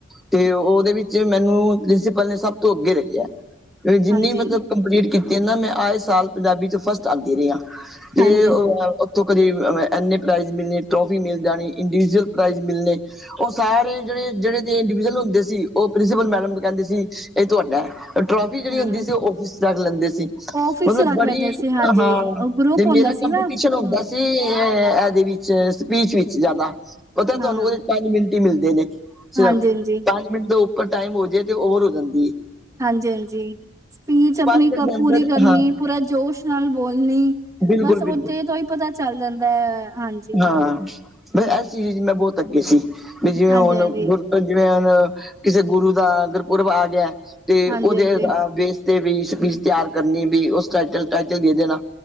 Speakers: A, in the centre; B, on the right (about 15°).
A: ਤੇ ਉਹਦੇ ਵਿੱਚ ਮੈਨੂੰ ਪ੍ਰਿੰਸੀਪਲ ਨੇਂ, ਸਭ ਤੋਂ ਅੱਗੇ ਲੱਖਿਆ। <unintelligible> ਜਿੰਨੀ
B: ਹਾਂਜੀ
A: ਮਤਲਬ
B: ਹਾਂਜੀ
A: ਕੰਪਲੀਟ ਕੀਤੀ ਐ ਨਾਂ ਮੈਂ ਆਏ ਸਾਲ ਪੰਜਾਬੀ ਚ ਫਸਟ ਆਂਦੀ ਰੀ ਆਂ। ਤੇ
B: ਹਾਂਜੀ
A: ਔ
B: ਹਾਂਜੀ
A: ਔ ਤੇ ਕਦੇ ਐਨੇ ਪ੍ਰਾਈਜ਼ ਮਿਲਣੇ, ਟ੍ਰੋਫੀ ਮਿਲ ਜਾਣੀ ਇੰਡੀਜਵਿਲ ਪ੍ਰਾਈਜ਼ ਮਿਲਣੇ। ਉਹ ਸਾਰੇ ਜਿਹੜੇ, ਜਿਹੜੇ ਇੰਡੀਵਿਅਲ ਹੁੰਦੇ ਸੀ ਉਹ ਪ੍ਰਿੰਸੀਪਲ ਮੈਡਮ ਕਹਿੰਦੇ ਸੀ ਇਹ ਤੁਹਾਡਾ ਟ੍ਰੋਫੀ ਜਿਹੜੀ ਹੁੰਦੀ
B: ਹਾਂ
A: ਸੀ ਉਹ ਫਿਸ ਰੱਖ ਲੈਂਦੇ ਸੀ
B: ਆਫਿਸ
A: ਮਤਲਬ
B: ਚ ਰੱਖ
A: ਬੜੀ
B: ਲੈਂਦੇ ਸੀ ਹਾਂਜੀ
A: ਹਾਂ।
B: ਉਹ ਗਰੁੱਪ
A: ਤੇ
B: ਹੁੰਦਾ
A: ਮੇਰਾ ਕੰਪੀਟੀਸ਼ਨ
B: ਸੀ ਨਾ
A: ਹੁੰਦਾ
B: ਹਮ
A: ਸੀ ਅ ਇਹਦੇ ਵਿੱਚ, ਸਪੀਚ ਵਿੱਚ ਜ਼ਿਆਦਾ। ਪਤਾ ਤੁਹਾਨੂੰ
B: ਹਾਂ
A: ਉਹਦੇ ਪੰਜ ਮਿੰਟ ਮਿਲਦੇ ਨੇਂ। ਸਿਰਫ
B: ਹਾਂਜੀ ਹਾਂਜੀ
A: ਪੰਜ ਮਿੰਟ ਤੋਂ ਉੱਪਰ ਟਾਈਮ ਹੋ ਜੇ ਤੇ ਓਵਰ ਹੋ ਜਾਂਦੀ ਐ।
B: ਹਾਂਜੀ ਹਾਂਜੀ। ਸਪੀਚ ਆਪਣੀ
A: ਮਿੰਟ
B: ਕਪ
A: ਦੇ ਅੰਦਰ
B: ਪੂਰੀ ਕਰਨੀ,
A: ਹਾਂ
B: ਪੂਰਾ ਜੋਸ਼ ਨਾਲ ਬੋਲਣੀ।
A: ਬਿਲਕੁਲ
B: ਬਸ ਉੱਥੇ
A: ਬਿਲਕੁਲ
B: ਤੋਂ ਈ ਪਤਾ ਚੱਲ ਜਾਂਦਾ ਐ, ਹਾਂਜੀ।
A: ਹਾਂ ਬਸ ਇਸ ਚੀਜ਼ ਚ ਮੈਂ ਬਹੁਤ ਅੱਗੇ ਸੀ ਵੀ ਜਿਵੇਂ
B: ਹਾਂਜੀ-ਹਾਂਜੀ,
A: ਹੁਣ ਗੁਰ ਜਿਵੇਂ ਹੁਣ ਕਿਸੇ ਗੁਰੂ ਦਾ ਅ ਗੁਰਪੁਰਬ ਆ ਗਿਆ ਤੇ
B: ਹਾਂਜੀ-ਹਾਂਜੀ,
A: ਉਹਦੇੇ ਵੇਸ ਤੇ ਵੀ ਸਪੀਚ ਤਿਆਰ ਕਰਨੀ ਵੀ ਉਸ ਟਟ ਟਾਈਟਲ ਦੇ ਦੇ ਨਾਂ